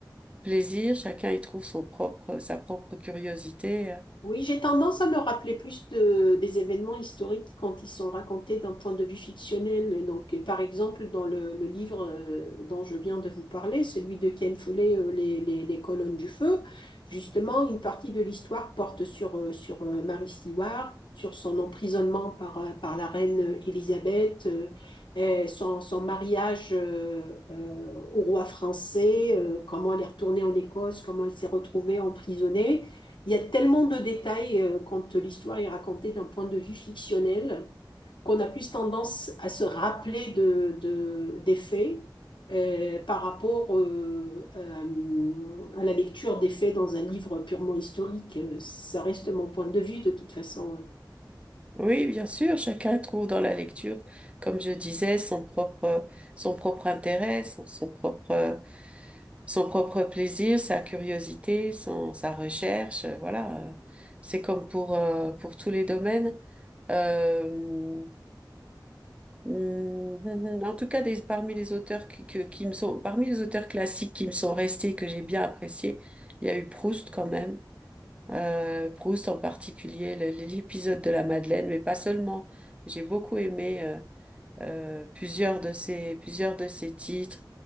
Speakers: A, on the right; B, on the left.
A: plaisir, chacun y trouve son propre, sa propre curiosité. euh.
B: Oui, j'ai tendance à me rappeler plus de, des événements historiques quand ils sont racontés d'un point de vue fictionnel. Donc, par exemple, dans le, le livre euh, dont je viens de vous parler, celui de Ken Follett, euh, les, les, les colonnes du feu, justement, une partie de l'histoire porte sur, euh, sur euh, Mary Stewart, sur son emprisonnement par, euh, par la reine Élisabeth, euh, et son, son mariage euh, euh, au roi français, euh, comment elle est retournée en Écosse, comment elle s'est retrouvée emprisonnée. Il y a tellement de détails euh, quand l'histoire est racontée d'un point de vue fictionnel qu'on a plus tendance à se rappeler de, de- des faits euh, par rapport euh, euh, à la lecture des faits dans un livre purement historique. Euh, Ça reste mon point de vue de toute façon.
A: Oui, bien sûr, chacun trouve dans la lecture, comme je disais, son propre, son propre intérêt, son, son propre son propre plaisir, sa curiosité, son, sa recherche, euh, voilà. euh, C'est comme pour, euh, pour tous les domaines. Euh, mm, <laughs> en tout cas, des, parmi les auteurs qui, que- qui me sont, parmi les auteurs classiques qui me sont restés, que j'ai bien appréciés, il y a eu Proust quand même. Euh, Proust en particulier, le- l'épisode de la Madeleine, mais pas seulement. J'ai beaucoup aimé euh, euh, plusieurs de ses, plusieurs de ses titres,